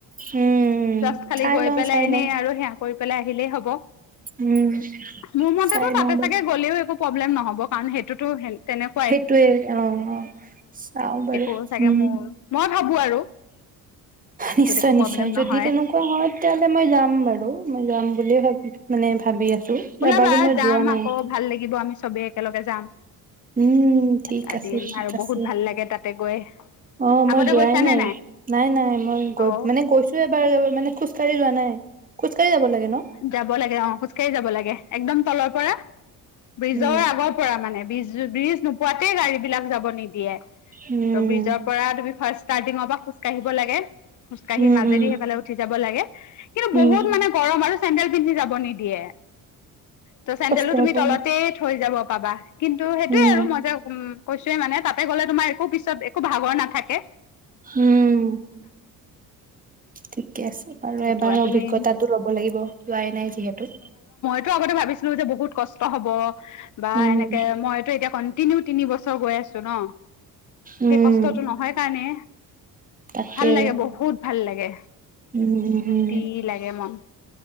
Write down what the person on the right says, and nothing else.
উম
চাই
লওঁ
চাই
লওঁ
উম
চাই
লওঁ বাৰু
সেইটোয়ে অ অ চাও বাৰু।
উম
নিশ্চয়
নিশ্চয়
যদি
তেনেকুৱা হয় তেতিাহলে মই যাম বাৰু মই। যাম বুলি ভাবি মানে ভাবি আছো।
এবাৰো মই
যোৱা নাই
উম ঠিক
আছে,
ঠিক
আছে
।অ
মই যোৱাই
নাই, নাই নাই মই গৈ
মানে গৈছো এবাৰবাৰ মানে খোজকাঢ়ি যোৱা নাই। খজকাঢ়ি য লাগে। ন
উম
উম
উম
উম
উম
কষ্ট
হ'ব
অলপ
উম
উম ঠিকে আছে বাৰু
এবাৰ
অভিজ্ঞতাটো
লব লাগিব । ল যোৱাই নাই যিহেতু ।
উম
উম
তাকে
উম উম